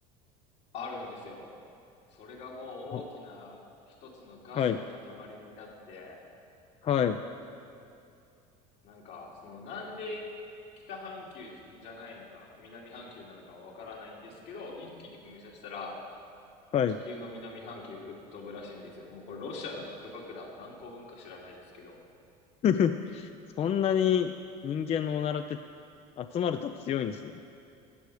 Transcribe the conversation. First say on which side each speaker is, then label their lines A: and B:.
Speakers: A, on the left; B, on the left.
A: あるんですよ。それがもう大きな一つのガスの塊になって、
B: おはい。はい。
A: なんか、そのなんで北半球じゃないのか、南半球なのかはわからないんですけど、一気に噴射したら
B: はい。
A: 地球の南半球吹っ飛ぶらしいんですよ。もうこれロシアの核爆弾何個分か知らないですけど、
B: <laughs> そんなに人間のおならって集まると強いんですね。